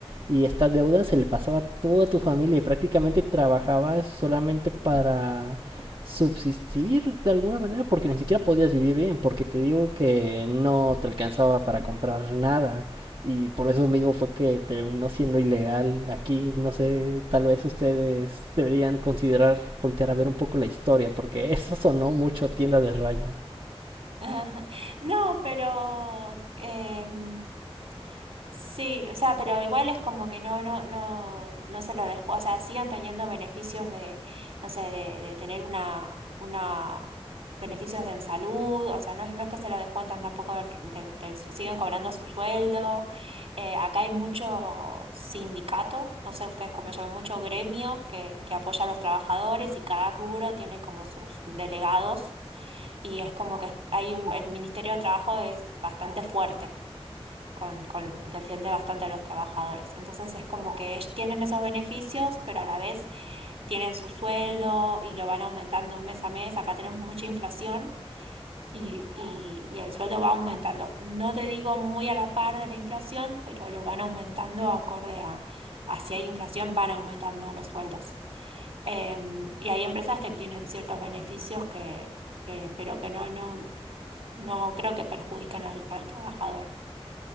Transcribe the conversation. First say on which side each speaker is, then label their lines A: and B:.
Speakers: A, on the right; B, on the right.
A: y esta deuda se le pasaba a toda tu familia y prácticamente trabajabas solamente para subsistir de alguna manera porque ni siquiera podías vivir bien, porque te digo que no te alcanzaba para comprar nada. Y por eso mismo fue que terminó siendo ilegal aquí. No sé, tal vez ustedes deberían considerar voltear a ver un poco la historia, porque eso sonó mucho a tienda de raya.
B: <laughs> No, pero em, Sí, o sea, pero igual es como que no, no, no, no se lo descu... O sea, sigan teniendo beneficios de, no sé, de, de tener una, una, beneficios de en salud, o sea, no es, no es que se lo descuentan tampoco del, del- del su- siguen cobrando su sueldo. Eh, acá hay mucho sindicato, no sé ustedes cómo llaman, mucho gremio que, que apoya a los trabajadores y cada rubro tiene como sus delegados y es como que hay un- el Ministerio de Trabajo es bastante fuerte con, con- defiende bastante a los trabajadores. Entonces es como que ellos tienen esos beneficios, pero a la vez tienen su sueldo y lo van aumentando mes a mes. Acá tenemos mucha inflación y, y- y el sueldo va aumentando. No te digo muy a la par de la inflación, pero lo van aumentando acorde a, a si hay inflación, van aumentando los sueldos. Eh, y hay empresas que tienen ciertos beneficios que, que, pero que no, no, no creo que perjudiquen al, al trabajador.